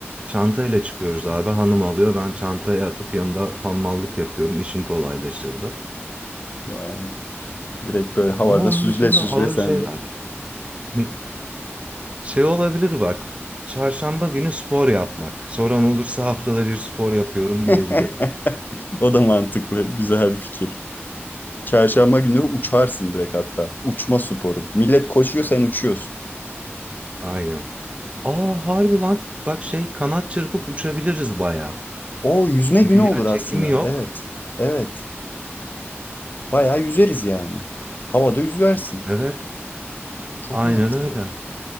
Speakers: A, on the right; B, on the left.
A: Çantayla çıkıyoruz abi. Hanım alıyor. Ben çantaya atıp yanında hamallık yapıyorum. İşim kolaylaşırdı.
B: <laughs> Yani. Direkt böyle havada
A: Ama onun
B: süzle
A: dışında
B: süzle
A: ağır
B: sendin.
A: şeyler. <laughs> Şey olabilir bak. Çarşamba günü spor yapmak. Soran olursa haftada bir spor yapıyorum
B: <laughs>
A: diyebilirim.
B: O da mantıklı. Güzel bir fikir. Çarşamba günü uçarsın direkt hatta. Uçma sporu. Millet koşuyor sen uçuyorsun.
A: Aynen. Aa harbi lan. Bak şey kanat çırpıp uçabiliriz baya.
B: O yüzme
A: Çünkü
B: günü olur
A: yer çekimi
B: aslında.
A: yok.
B: Evet. Evet. Bayağı yüzeriz yani. Havada yüzersin.
A: Evet.
B: Çok
A: Aynen
B: mantıklı.
A: öyle.